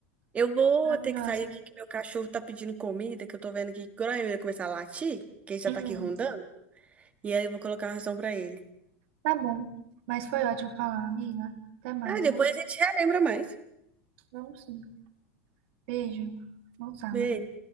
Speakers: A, on the right; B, on the right.
A: Eu vou
B: Maravilhosa.
A: ter que sair aqui que meu cachorro tá pedindo comida, que eu tô vendo aqui que agora ele vai começar a latir, que ele já
B: Hum.
A: tá aqui rondando, e aí eu vou colocar a ração pra ele.
B: Tá bom. Mas foi ótimo falar, amiga. Até mais,
A: Ah, depois
B: viu?
A: a gente relembra mais.
B: Vamos sim. Beijo. Bom sábado.
A: Beijo.